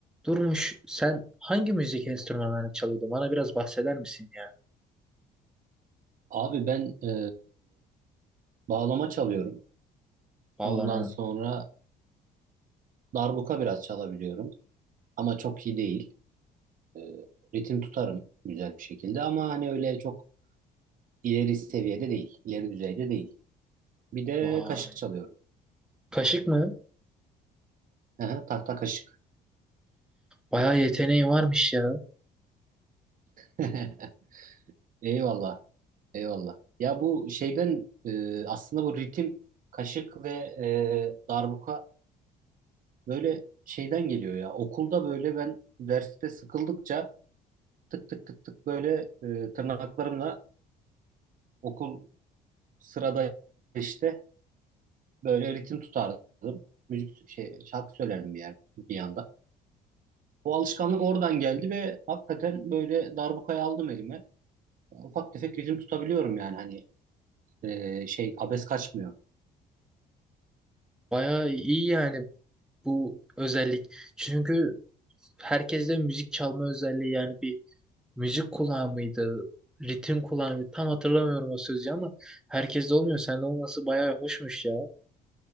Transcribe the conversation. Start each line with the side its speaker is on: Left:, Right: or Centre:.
Centre: Durmuş, sen hangi müzik enstrümanlarını çalıyordun? Bana biraz bahseder misin ya?
Right: Abi ben e, bağlama çalıyorum.
Centre: Bağlama.
Right: Ondan sonra darbuka biraz çalabiliyorum. Ama çok iyi değil. E, ritim tutarım güzel bir şekilde ama hani öyle çok ileri seviyede değil. ileri düzeyde değil. Bir de
Centre: Vay.
Right: kaşık çalıyorum.
Centre: Kaşık mı?
Right: Aha, tahta kaşık.
Centre: Bayağı yeteneği varmış ya.
Right: <laughs> Eyvallah. Eyvallah. Ya bu şeyden e, aslında bu ritim kaşık ve e, darbuka böyle şeyden geliyor ya. Okulda böyle ben derste sıkıldıkça tık tık tık tık böyle e, tırnaklarımla okul sırada işte böyle ritim tutardım. Müzik şey şarkı söylerdim bir yer bir yanda. Bu alışkanlık oradan geldi ve hakikaten böyle darbukayı aldım elime. Ufak tefek ritim tutabiliyorum yani hani e, şey abes kaçmıyor.
Centre: Bayağı iyi yani bu özellik. Çünkü herkeste müzik çalma özelliği yani bir müzik kulağı mıydı? Ritim kulağı mıydı? Tam hatırlamıyorum o sözü ama herkeste olmuyor. Sende olması bayağı hoşmuş ya.